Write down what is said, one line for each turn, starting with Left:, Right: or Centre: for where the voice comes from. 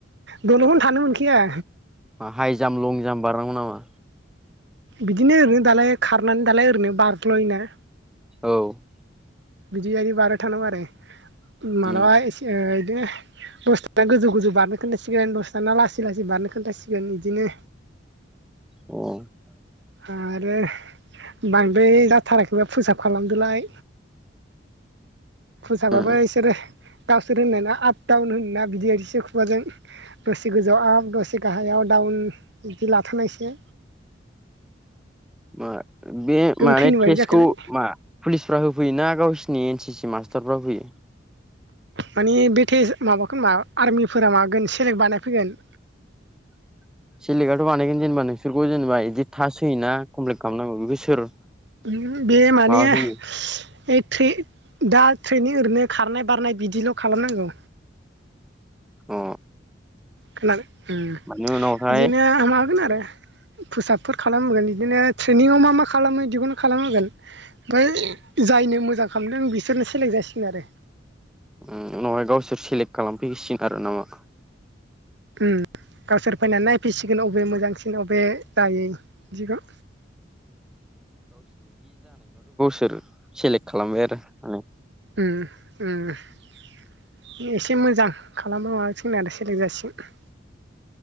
Right: दलदखोनो थानो मोनखाया।
Centre: हाइ जाम्प लं जाम्प बारनांगौ नामा
Right: बिदिनो ओरैनो दालाय खारनानै दालाय ओरैनो बारज्ल'यो ना?
Centre: औ।
Right: बिदिबायदि बारबाय थानांगौ आरो मालाबा
Centre: उम
Right: एसे ओ इदिनो दसे थाना गोजौ-गोजौ बारनो खोन्थासिगोन दसे थाना लासै-लासै बारनो खोन्थासिगोन इदिनो
Centre: अ
Right: आरो बांद्राय जाथाराखैबा फुसाब खालामदोलाय। फुसाबाबो
Centre: उम
Right: इसोरो गावसोर होनो ना आप डाउन होनो ना बिदि बायदिसो खुगाजों। दसे गोजौ आप दसे गाहायाव डाउन बिदि लाथ'नायसो
Centre: मा बे माने
Right: थैनो बायदि
Centre: टेस्टखौ
Right: जाखायलाय
Centre: मा पुलिसफ्रा होफैयोना गावसिनि एन सि सि मासटारफोरा होयो?
Right: माने बे टेस्ट माबाखोमा आर्मिफोरा माबागोन सेलेक्ट बानाय फैगोन।
Centre: <inaudible> सिलेकआथ' बानायगोन जेनेबा नोंसोरखौ जेनेबा इदि थास होयोना कमप्लिट खालामनांगौ बेखौ सोर
Right: <unintelligible> बे माने
Centre: माबा
Right: ओद
Centre: होयो
Right: ट्रि दा ट्रेननि ओरैनो खारनाय बारनाय बिदिल' खालामनांगौ।
Centre: अ
Right: खोनादों उम
Centre: माने उनावहाय
Right: इदिनो माबागोन आरो
Centre: <inaudible>
Right: फुसाबफोर खालाम होगोन इदिनो ट्रेनिंआव मा मा खालामो इदिखौनो खालाम होगोन ओमफ्राय जाय नो मोजां खालामदों बिसोरनो सेलेक जासिगोन आरो
Centre: उम उनावहाय गावसोर सेलेक्ट खालामफैसिगोन आरो न?
Right: उम। गावसोर फैनानै नायफैसिगोन अबे मोजांसिन अबे जायै बिदिखौ।
Centre: सोर सेलेक्ट खालामबाय आरो ओ।
Right: उम उम एसे मोजां <unintelligible> जोंना दा सेलेक जासिगोन।